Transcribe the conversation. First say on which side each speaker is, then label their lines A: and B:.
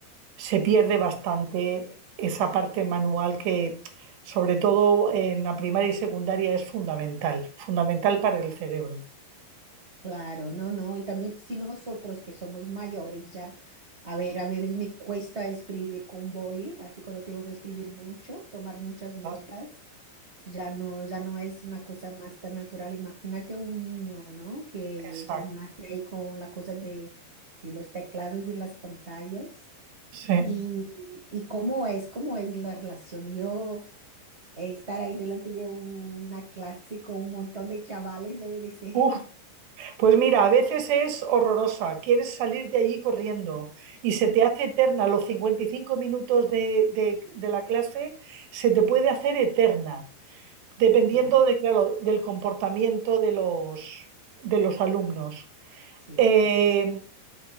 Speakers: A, on the right; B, on the right.
A: Se pierde bastante esa parte manual que, sobre todo en la primaria y secundaria, es fundamental, fundamental para el cerebro.
B: Claro, no, no, y también si nosotros que somos mayores ya, a ver, a veces me cuesta escribir con boli, así cuando tengo que escribir mucho, tomar muchas notas,
A: ¿verdad?
B: ya no, ya no es una cosa más tan natural. Imagínate un niño, ¿no? Que
A: Exacto,
B: ya nace ahí con la cosa de, de los teclados y las pantallas.
A: sí.
B: Y, y cómo es, cómo es la relación. Yo eh, estar ahí delante de un- una clase con un montón de chavales debe de ser.
A: Uf,
B: <laughs>
A: pues mira, a veces es horrorosa, quieres salir de allí corriendo y se te hace eterna los 55 minutos de, de- de la clase, se te puede hacer eterna. dependiendo
B: Ya,
A: de, claro, del comportamiento de los, de los alumnos.
B: sí.
A: Eh,